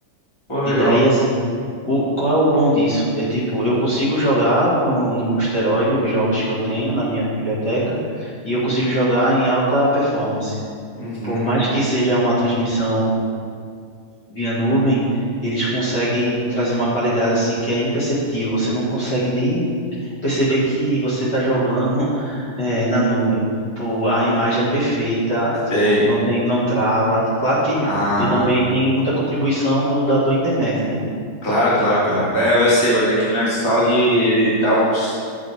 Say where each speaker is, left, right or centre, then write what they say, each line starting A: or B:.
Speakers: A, on the left; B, on the left.
A: Pô, legal.
B: E daí assim, o qual é o bom disso? É tipo, eu consigo jogar no no Boosteroid os jogos que eu tenho na minha biblioteca e eu consigo jogar em alta performance
A: Uhum.
B: por mais que seja uma transmissão via nuvem, eles conseguem trazer uma qualidade assim que é imperceptível. Você não consegue nem perceber que você está jogando <laughs> eh, na nuvem. Pô, a imagem é perfeita,
A: Sei.
B: tipo, não tem, não trava. Claro que
A: Ah.
B: tem- também tem muita contribuição do, da tua internet, né?
A: Claro, claro, claro. É, eu sei, mas aqui no Xcloud ele dá uns.